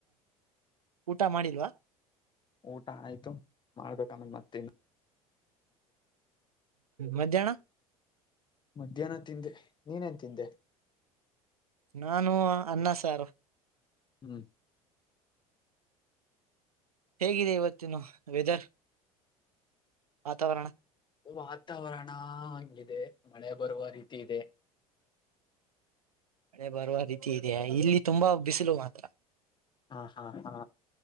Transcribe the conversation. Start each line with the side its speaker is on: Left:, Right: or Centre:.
Right: ಊಟ ಮಾಡಿಲ್ವಾ.
Left: ಊಟ ಆಯ್ತು ಮಾಡಬೇಕು ಆಮೇಲೆ ಮತ್ತೇನ.
Right: ಮಧ್ಯಾಹ್ನ
Left: ಮಧ್ಯಾಹ್ನ ತಿಂದೆ. ನೀನೆನ ತಿಂದೆ.
Right: ನಾನು ಅನ್ನ ಸಾರು.
Left: ಹ್ಮ್.
Right: ಹೇಗಿದೆ ಇವತ್ತಿನ ವೆದರ್ ವಾತಾವರಣ.
Left: ವಾತಾವರಣ ಹಂಗಿದೆ ಮಳೆ ಬರುವ ರೀತಿ ಇದೆ
Right: ಮಳೆ ಬರುವ ರೀತಿ ಇದೆಯಾ ಇಲ್ಲಿ ತುಂಬಾ ಬಿಸಿಲು ಮಾತ್ರ
Left: ಹಾ ಹಾ ಹಾ